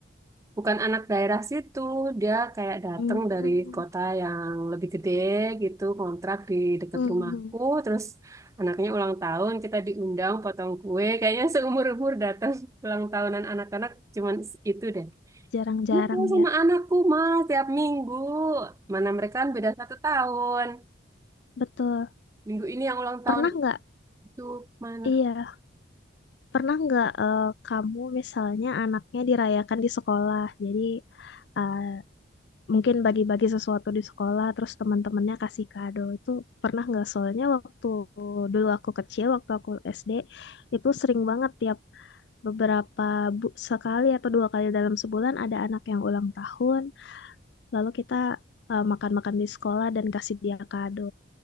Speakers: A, on the right; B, on the left.
A: bukan anak daerah situ dia kayak datang
B: Hmm,
A: dari kota yang lebih gede gitu kontrak di dekat
B: hmm,
A: rumahku terus anaknya ulang tahun kita diundang potong kue kayaknya seumur-umur datang <laughs> ulang tahunan anak-anak cuman itu deh
B: jarang-jarang
A: Ini tuh sama
B: ya.
A: anakku mah tiap minggu mana mereka kan beda satu tahun
B: Betul.
A: minggu ini yang ulang tahun
B: Pernah nggak?
A: itu mana
B: Iya. Pernah nggak eh, kamu misalnya anaknya dirayakan di sekolah, jadi eh, mungkin bagi-bagi sesuatu di sekolah, terus teman-temannya kasih kado itu pernah nggak? Soalnya waktu dulu aku kecil, waktu aku SD itu sering banget tiap beberapa bu- sekali atau dua kali dalam sebulan ada anak yang ulang tahun, lalu kita eh, makan-makan di sekolah dan kasih dia kado.